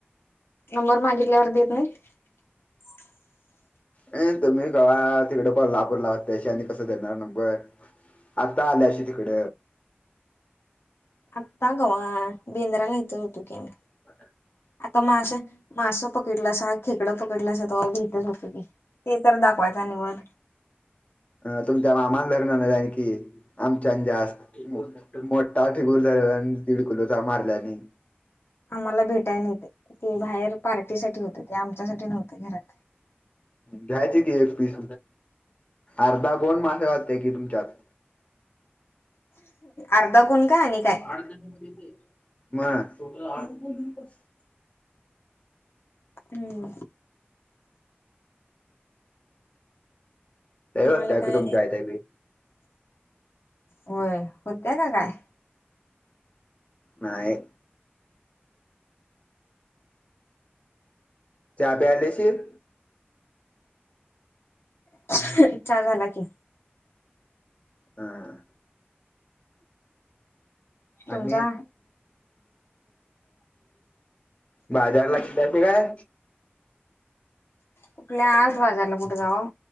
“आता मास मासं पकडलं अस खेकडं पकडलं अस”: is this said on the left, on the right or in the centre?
Left